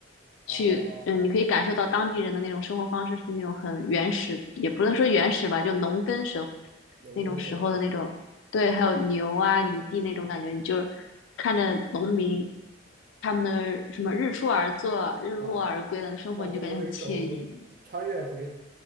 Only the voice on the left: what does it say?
去，嗯，你可以感受到当地人的那种生活方式是那种很原始，也不能说原始吧，就农耕时候
那种时候的那种。对，还有牛啊、泥地那种感觉，你就是看着农民他们的什么日出而作、日落而归的生活，
你就感觉很惬意。